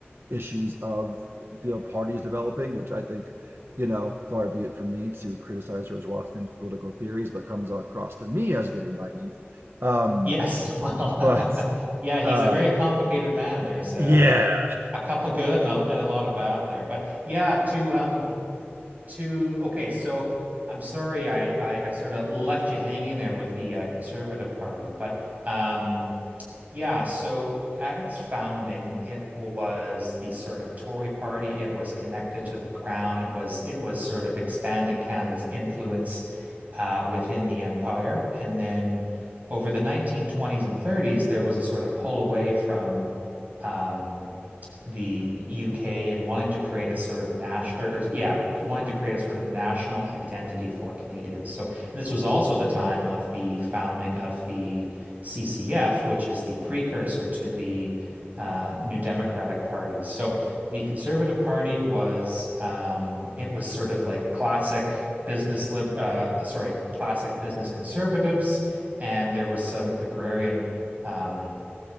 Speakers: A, on the right (about 65°); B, on the right (about 40°).
A: issues of, you know, parties developing, which I think, you know, far be it from me to criticize George Washington's political theories, but comes across to me as a little naive. Um,
B: Yes, <laughs> well,
A: but
B: <laughs> yeah, he's
A: uh
B: a very complicated man. There's uh,
A: yeah.
B: a couple good and a, and a lot of bad there. But yeah, to um to okay, so I'm sorry I I, I sort of left you hanging there with the uh, Conservative Party, but um Yeah, so at its founding, it was the sort of Tory party. It was connected to the crown. It was it was sort of expanding Canada's influence uh, within the empire. And then over the 1920s and 30s, there was a sort of pull away from um, the UK and wanting to create a sort of national, or, or yeah, wanting to create a sort of national identity for Canadians. So and this was also the time of the founding of the CCF, which is the precursor to the uh, New Democratic Party. So the Conservative Party was um, it was sort of like classic business lib uh, sorry, classic business conservatives, and there was some agrarian um,